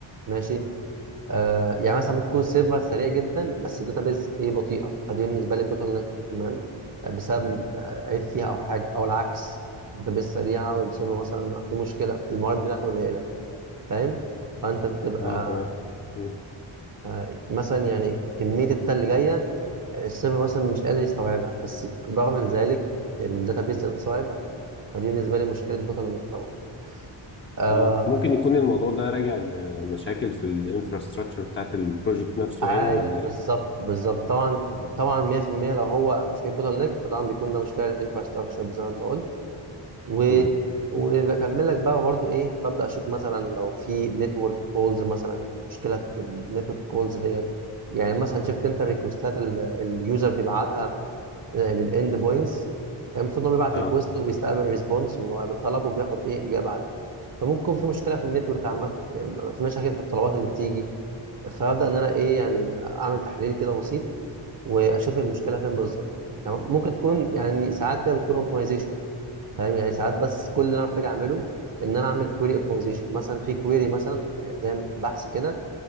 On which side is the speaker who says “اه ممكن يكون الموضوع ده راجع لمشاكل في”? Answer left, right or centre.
Left